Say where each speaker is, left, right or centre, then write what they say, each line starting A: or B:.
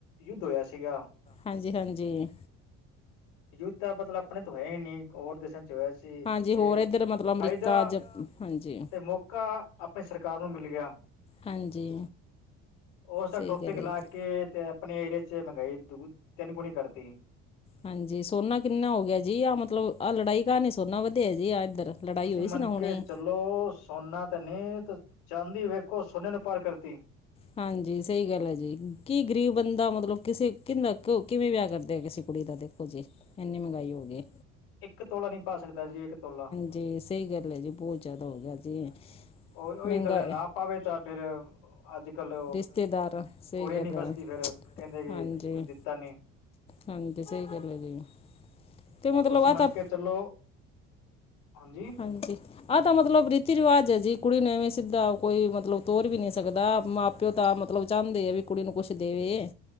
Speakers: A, on the left; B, on the left.
A: ਯੁੱਧ ਹੋਇਆ ਸੀਗਾ।
B: ਹਾਂਜੀ-ਹਾਂਜੀ।
A: ਯੂਧ ਤਾਂ ਬਦਲਾ ਆਪਣੇ ਤੋਂ ਹੈ ਨਹੀਂ ਹੋਰ ਦੇਸਾਂ ਚ ਹੋਇਆ ਸੀ।
B: ਜੀ
A: ਤੇ
B: ਹੋਰ ਇੱਧਰ ਮਤਲਬ ਅਮਰੀਕਾ
A: ਫਾਇਦਾ
B: ਜ ਹਾਂਜੀ।
A: ਤੇ ਮੌਕਾ ਆਪਣੀ ਸਰਕਾਰ ਨੂੰ ਮਿਲ ਗਿਆ।
B: ਹਾਂਜੀ।
A: ਉਸਦਾ
B: ਸਹੀ
A: ਟੋਪਿਕ
B: ਗੱਲ
A: ਲਾ
B: ਹੈ ਜੀ
A: ਕੇ ਤੇ ਆਪਣੇ ਏਰੀਏ ਚ ਮੰਗਾਈ ਦੂ ਤਿੰਨ ਗੁਣੀ ਕਰਤੀ।
B: ਹਾਂਜੀ ਸੋਨਾ ਕਿੰਨਾ ਹੋ ਗਿਆ ਜੀ ਆ ਮਤਲਬ ਆਹ ਲੜਾਈ ਕਾਰਨ ਨੀ ਸੋਨਾ ਵਧੀਆ ਜੀ ਆ ਇੱਧਰ। ਲੜਾਈ
A: ਤੁਸੀਂ
B: ਹੋਈ
A: ਮੰਨਕੇ
B: ਸੀ ਨਾ ਹੁਣੇ
A: ਚਲੋ ਸੋਨਾ ਤਾਂ ਨੇ ਚਾਂਦੀ ਵੇਖੋ ਸੋਨੇ ਨੂੰ ਪਾਰ ਕਰਤੀ।
B: ਹਾਂਜੀ ਸਹੀ ਗੱਲ ਐ ਜੀ ਕੀ ਗਰੀਬ ਬੰਦਾ ਮਤਲਬ ਕਿਸੇ ਕਿੰਦਾ ਕਿਵੇਂ ਵਿਆਹ ਕਰਦੇ ਆ ਕਿਸੇ ਕੁੜੀ ਦਾ ਦੇਖੋ ਜੀ ਏਨੀ ਮਹਿਗਾਈ ਹੋ ਗਈ ਏ।
A: ਇੱਕ ਤੋਲਾ ਨੀ ਪਾ ਸਕਦਾ ਜੀ ਇੱਕ ਤੋਲਾ।
B: ਜੀ ਸਹੀ ਗੱਲ ਐ ਜੀ ਬਹੁਤ ਜ਼ਿਆਦਾ ਹੋ ਗਿਆ ਜੀ।
A: ਉਹ-ਉਹੀ
B: ਮਹਿੰਗਾ
A: ਗੱਲ ਨਾ ਪਾਵੇ ਤਾਂ ਫਿਰ ਅੱਜ-ਕੱਲ
B: ਰਿਸ਼ਤੇਦਾਰ ਸਹੀ
A: ਕੁੜੀ
B: ਗੱਲ
A: ਨੀ
B: ਹੈ
A: ਬਸਦੀ ਫਿਰ ਕਹਿੰਦੇ ਕਿ
B: ਹਾਂਜੀ
A: ਕੁਰਜੀਤਾ ਨੇ।
B: ਹਾਂਜੀ ਸਹੀ ਗੱਲ ਐ ਜੀ। ਅਤੇ ਮਤਲਬ
A: ਹੁਣ ਤੁਸੀਂ
B: ਆਹ
A: ਮੰਨ
B: ਤਾਂ
A: ਕੇ ਚਲੋ ਹਾਂਜੀ।
B: ਹਾਂਜੀ। ਆਹ ਤਾਂ ਮਤਲਬ ਰੀਤੀ-ਰਿਵਾਜ਼ ਐ ਜੀ ਕੁੜੀ ਨੇ ਐਵੇਂ ਸਿੱਧਾ ਕੋਈ ਮਤਲਬ ਤੋਰ ਵੀ ਨੀ ਸਕਦਾ ਮਾਂ ਪਿਓ ਤਾਂ ਮਤਲਬ ਚਾਹੁੰਦੇ ਆ ਵੀ ਕੁੜੀ ਨੂੰ ਕੁਛ ਦੇਵੇ